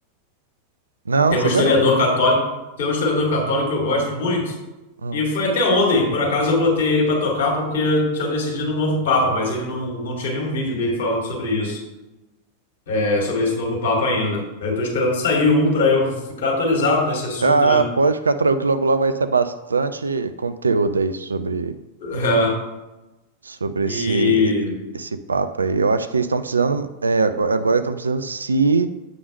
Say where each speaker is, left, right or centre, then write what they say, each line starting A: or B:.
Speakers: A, on the right (about 75°); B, on the left (about 55°).
A: Não,
B: Tem
A: sabia
B: um historiador
A: não.
B: católico, tem um historiador católico que eu gosto muito.
A: Hum.
B: E foi até ontem, por acaso eu botei ele pra tocar porque tinham decidido um novo papa, mas ele não, não tinha nenhum vídeo dele falando sobre isso. é, sobre esse novo Papa ainda. Eu tô esperando sair um para eu ficar atualizado nesse assunto,
A: Ah,
B: né?
A: pode ficar tranquilo, que logo logo vai ser bastante conteúdo aí sobre,
B: É,
A: sobre
B: e
A: esse, esse papo aí. Eu acho que eles estão precisando, é, ago- agora estão precisando se